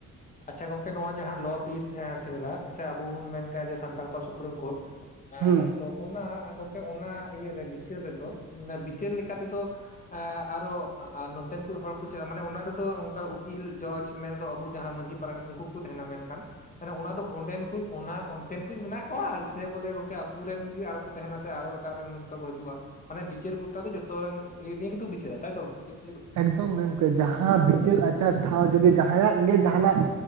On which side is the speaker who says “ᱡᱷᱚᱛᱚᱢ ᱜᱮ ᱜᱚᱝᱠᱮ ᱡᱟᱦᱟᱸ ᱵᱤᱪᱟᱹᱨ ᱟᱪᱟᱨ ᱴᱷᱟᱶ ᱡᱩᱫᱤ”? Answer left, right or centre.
Right